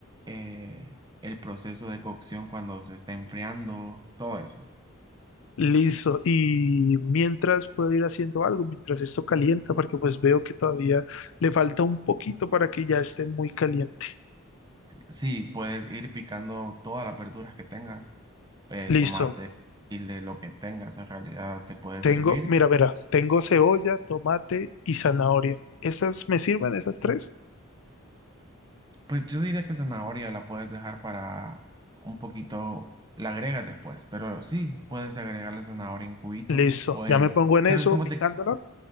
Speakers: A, on the right; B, on the left.
A: eh, el proceso de cocción cuando se está enfriando, todo eso.
B: Listo. Y mientras puedo ir haciendo algo, mientras esto calienta, porque pues veo que todavía le falta un poquito para que ya esté muy caliente.
A: Sí, puedes ir picando todas las verduras que tengas, eh,
B: Listo.
A: tomate, chile, lo que tengas en realidad te puede
B: Tengo,
A: servir.
B: mira, mira, tengo cebolla, tomate y zanahoria. ¿Esas me sirven, esas tres?
A: Pues yo diría que zanahoria la puedes dejar para un poquito, la agregas después, pero sí, puedes agregarle zanahoria en juguitos
B: Listo.
A: o
B: Ya
A: en,
B: me pongo en eso,
A: ¿sabes cómo
B: picándola.
A: te,